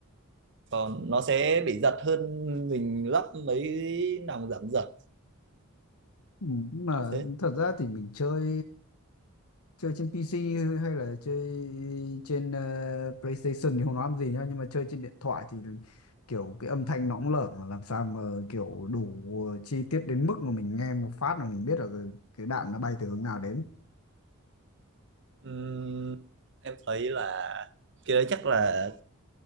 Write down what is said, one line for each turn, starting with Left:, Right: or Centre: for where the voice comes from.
Right: còn nó sẽ bị giật hơn mình lắp mấy nòng giảm giật
Left: Ừ, nhưng mà
Right: kiểu thế
Left: thật ra thì mình chơi chơi trên PC hay là chơi trên ờ, PlayStation thì không nói làm gì nhá nhưng mà chơi trên điện thoại thì kiểu cái âm thanh nó cũng lởm mà làm sao mà kiểu đủ chi tiết đến mức mà mình nghe một phát mà mình biết là cái cái đạn nó bay từ hướng nào đến
Right: Ừm, em thấy là cái đấy chắc là